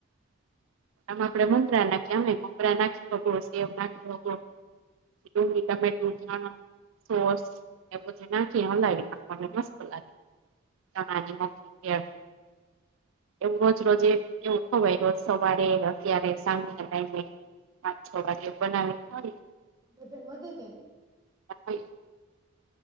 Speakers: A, on the right; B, on the right.
A: આમા આપડે મમરા નાખીએ,
B: ઓહો
A: આમા મમરા નાખી સોસ સેવ નાખી, તમે ડુંગળી, ટમેટા, સોસ એ બધી નાખી હલાવી નાખવાને
B: હા
A: મસ્ત લાગે. ચણા મમરાની ભેળ એવું રોજ રોજે એવું ખવાય સવારે અત્યારે સાંજના
B: હા.
A: ટાઈમે, પાંચ છ વાગે બનાવી ખાઈ
B: વજન વધે કે?
A: <inaudible>